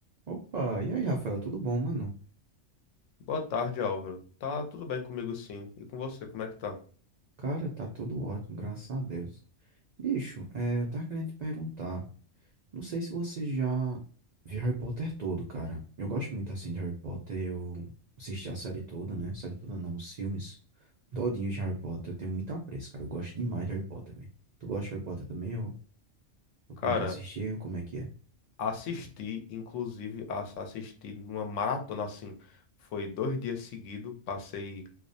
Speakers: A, on the right (about 85°); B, on the left (about 80°).
A: Opa, e aí, Rafael, tudo bom, mano?
B: Boa tarde, Álvaro. Tá tudo bem comigo sim. E com você, como é que tá?
A: Cara, tá tudo ótimo, graças a Deus. Bicho, é, eu tava querendo te perguntar. Não sei se você já viu Harry Potter todo, cara. Eu gosto muito assim de Harry Potter. Eu assisti a série toda, né? Série toda não, os filmes todinhos de Harry Potter. Eu tenho muito apreço, cara. Eu gosto demais de Harry Potter, velho. Tu gosta de Harry Potter também ou, ou tu
B: Cara,
A: nunca assistiu? Como é que é?
B: assisti, inclusive, as- assisti numa maratona assim. Foi dois dias seguidos, passei